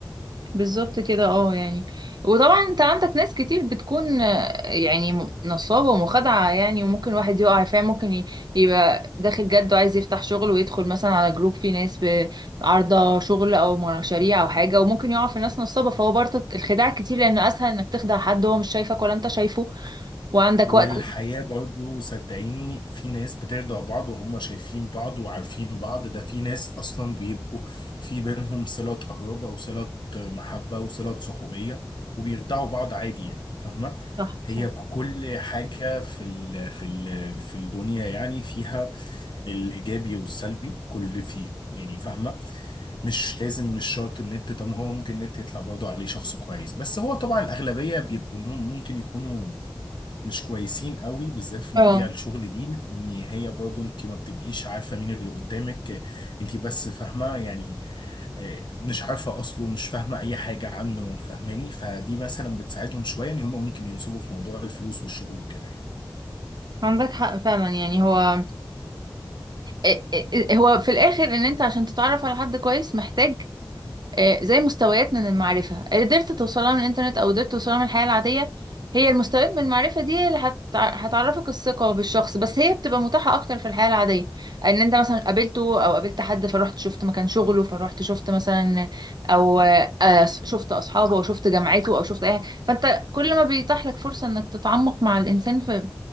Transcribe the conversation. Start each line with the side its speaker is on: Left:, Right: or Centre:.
Right: بالظبط كده اه يعني وطبعا انت عندك ناس كتير بتكون آه، يعني م- نصابة ومخادعة يعني وممكن واحد يقع فيها ممكن ي- يبقى داخل جد وعايز يفتح شغل ويدخل مثلا على جروب فيه ناس ب- عارضة شغل أو مشاريع أو حاجة وممكن يقع في ناس نصابة فهو برضه الخداع كتير لأن أسهل إنك تخدع حد هو مش شايفك ولا أنت شايفه وعندك
Left: والحياة
Right: وقت
Left: برضو صدقيني في ناس بترضع بعض وهم شايفين بعض وعارفين بعض ده في ناس أصلا بيبقوا في بينهم صلة قرابة وصلة محبة وصلة صحوبية وبيرضعوا بعض عادي يعني فاهمة
Right: صح
Left: هي
Right: صح
Left: كل حاجة في ال في ال في الدنيا يعني فيها الإيجابي والسلبي كل فيه يعني فاهمة مش لازم مش شرط النت طب هو ممكن النت يطلع برضه عليه شخص كويس بس هو طبعا الأغلبية بيبقوا مم- ممكن يكونوا مش كويسين قوي بالذات في
Right: اه
Left: مواضيع الشغل دي ان هي برضو انت ما بتبقيش عارفه مين اللي قدامك انت بس فاهمه يعني آه، مش عارفه اصله مش فاهمه اي حاجه عنه فاهماني فدي مثلا بتساعدهم شويه ان هم ممكن ينسبوا في موضوع الفلوس والشغل وكده يعني
Right: عندك حق فعلا يعني هو إيه- إيه- هو في الاخر ان انت عشان تتعرف على حد كويس محتاج آه، زي مستويات من المعرفة قدرت توصلها من الانترنت او قدرت توصلها من الحياة العادية هي المستويات من المعرفة دي اللي هت- هتعرفك الثقة بالشخص بس هي بتبقى متاحة اكتر في الحياة العادية ان انت مثلا قابلته او قابلت حد فرحت شفت مكان شغله فرحت شفت مثلا او آه، آه، شفت اصحابه او شفت جامعته او شفت اي حاجة. فانت كل ما بيتاح لك فرصة انك تتعمق مع الانسان في